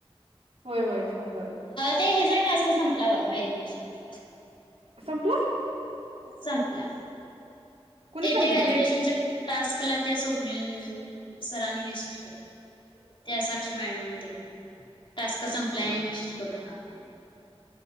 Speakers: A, on the right; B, on the left.
A: होय होय छान झालं
B: ते हेचा टास्क सांग लावा व्हलिडेशनच.
A: संपलं.
B: संपला.
A: कोणी
B: ते
A: सांगितलं?
B: ते व्हॅलिडेशनच्या टास्कला त्या स्वप्निल सरांनी मेसेज. त्या साक्षी मॅडम त न टास्क संपला आणि मेसेज करू नका आता. <inaudible>